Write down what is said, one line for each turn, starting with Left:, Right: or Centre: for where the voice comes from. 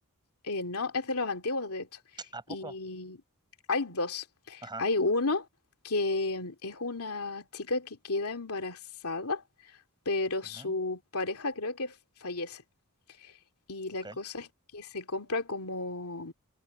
Left: Eh, no, es de los antiguos, de hecho.
Right: ¿A
Left: Y
Right: poco?
Left: hay dos.
Right: Ajá.
Left: Hay uno que es una chica que queda embarazada, pero
Right: ujú,
Left: su pareja creo que fallece. Y
Right: Ok.
Left: la cosa es que se compra como